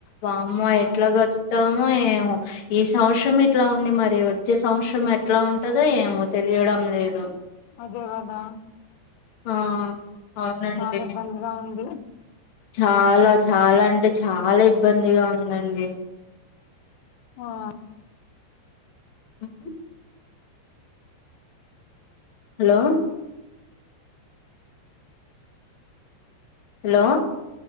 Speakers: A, on the left; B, on the left.
A: వామ్మో ఎట్లా
B: ఆ
A: బతుకుతామో ఏమో ఈ సంవత్సరం ఇట్లా ఉంది మరి వచ్చే సంవత్సరం ఎట్లా ఉంటదో ఏమో తెలియడం లేదు
B: అదే కదా
A: ఆ అవునండి
B: చాల ఇబ్బందిగా ఉంది
A: చాలా చాలా అంటే చాలా ఇబ్బందిగా ఉందండి
B: ఆ
A: ఉహు హలో హలో